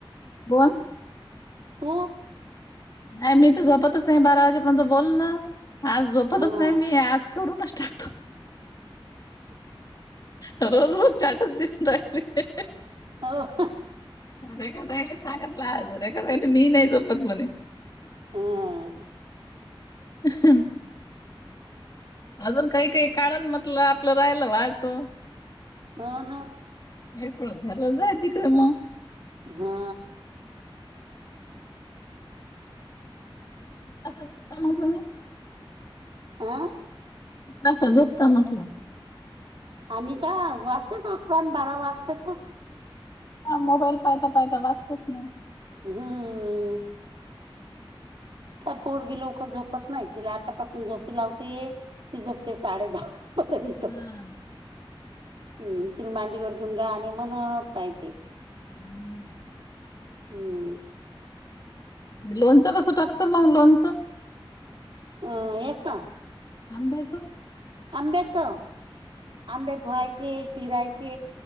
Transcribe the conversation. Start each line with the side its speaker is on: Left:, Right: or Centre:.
Left: बोन?
Right: तू.
Left: नाही मी त झोपतच नाही बारा वाजेपर्यंत बोल ना आज झोपतच
Right: हा
Left: नाही मी आज करू नच टा रोज रोज चाटच दिसून राहिले.
Right: आव हं.
Left: रेखा ताईनं सांगतला आज रेखा ताई मी नाही झोपत म्हणे.
Right: अहा.
Left: अहं. अजून काही काही काळण म्हटलं आपलं राहिलं व्हायचं.
Right: हो ना.
Left: ऐकळ झालं जा तिकळं म.
Right: हा.
Left: कसं <unintelligible>
Right: आं.
Left: कस झोपता म्हटलं?
Right: आम्ही का वाजतो झोपतान बारा वाजतातच.
Left: हा मोबाईल पायका पायका वाजतात नई.
Right: हम्म काय पोरगी लवकर झोपत नाही तिला आतापासून झोपी लावते ती झोपते साडे दहा पर्यंत
Left: हा
Right: हम्म तिला मांडीवर घेऊन गाणे म्हणत राहते
Left: हम्म
Right: हम्म
Left: लोणचं कसं टाकता मग लोणचं
Right: अ याचं
Left: आंब्याच
Right: आंब्याच आंबे धुवायचे चिरायचे